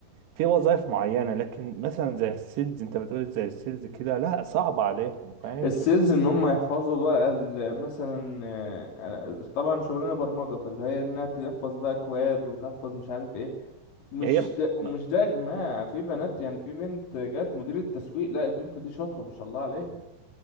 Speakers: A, on the right (about 85°); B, on the left (about 60°).
A: في وظائف معينة لكن مثلا زي السيلز انت بتقول زي السيلز كده لا صعب عليهم فاهم
B: السيلز ان هم يحفظوا بقى ال- مثلا آه، أنا- طبعا شغلنا برمجة فاللي هي انها تحفظ بقى كواد وتحفظ مش عارف ايه مش
A: هي
B: ده ومش
A: ما
B: ده يا جماعة في بنات يعني في بنت جت مديرة تسويق لا البنت دي شاطرة ما شاء الله عليها